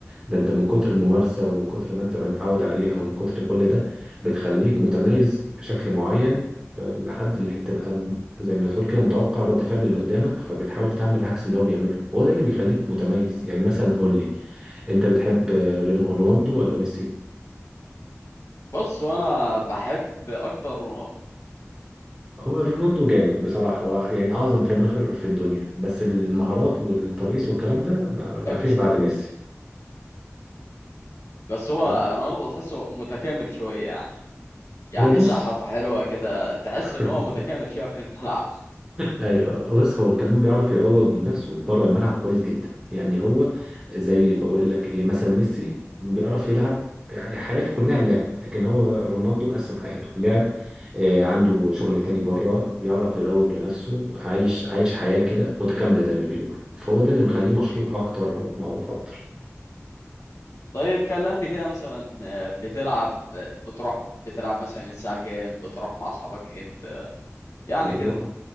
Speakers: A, on the right; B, on the left.
A: ده انت من كتر الممارسة ومن كتر ما انت متعود عليها ومن كتر كل ده بتخليك متميز بشكل معين آه، لحد اللي بتبقى م- زي ما تقول كده متوقع رد فعل اللي قدامك فبتحاول تعمل عكس اللي هو بيعمله هو ده اللي بيخليك متميز يعني مثلا قول لي انت بتحب آه، رين- رونالدو ولا ميسي؟
B: بص وانا بحب اكتر رونالدو
A: هو رونالدو جامد بصراحة هو يعني أعظم فينشر في الدنيا بس المهارات والترقيص والكلام ده ما ما
B: أيوة،
A: فيش
B: ميسي.
A: بعد ميسي
B: بس هو
A: فهو
B: رونالدو تحسه متكامل شوية يعني يعني
A: بص
B: صحته حلوة كده تحس
A: <laughs>
B: ان هو متكامل شوية في الملعب
A: ايوه بص هو كمان بيعرف يروج لنفسه بره الملعب كويس جدا يعني هو زي بقول لك ايه مثلا ميسي بيعرف يلعب يعني حياته كلها اللعب لكن هو رونالدو مقسم حياته لعب آه عنده شغل تاني بره بيعرف يروج لنفسه عايش عايش حياة كده متكاملة زي ما بيقولوا فهو ده اللي مخليه مشهور
B: ايوه
A: اكتر
B: أيوة.
A: ومعروف اكتر
B: طيب كلمني كده مثلا آه، بتلعب آه، بتروح بتلعب مثلا الساعة كام بتروح مع اصحابك امتى يعني
A: والله
B: كده